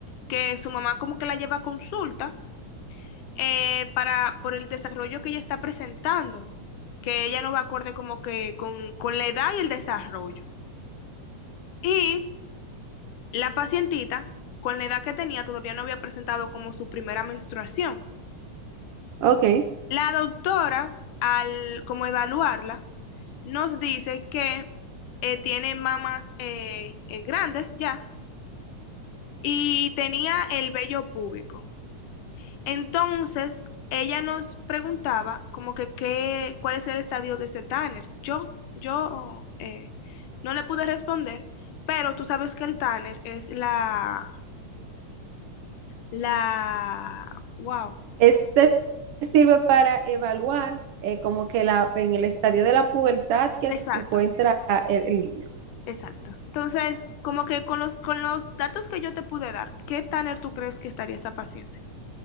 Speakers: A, on the left; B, on the right.
A: que su mamá como que la lleva a consulta eh, para, por el desarrollo que ella está presentando, que ella no va acorde como que con, con la edad y el desarrollo. Y la pacientita, con la edad que tenía, todavía no había presentado como su primera menstruación.
B: ok.
A: La doctora, al como evaluarla, nos dice que eh, tiene mamas eh, eh, grandes ya y tenía el vello púbico. Entonces, ella nos preguntaba como que qué, cuál es el estadio de ese Tanner. Yo, yo eh, no le pude responder, pero tú sabes que el Tanner es la, la, wow,
B: Este sirve para evaluar eh, como que la, en el estadio de la pubertad que
A: exacto.
B: se encuentra ah, el, el niño.
A: Exacto. Entonces, como que con los, con los datos que yo te pude dar, ¿qué Tanner tú crees que estaría esta paciente?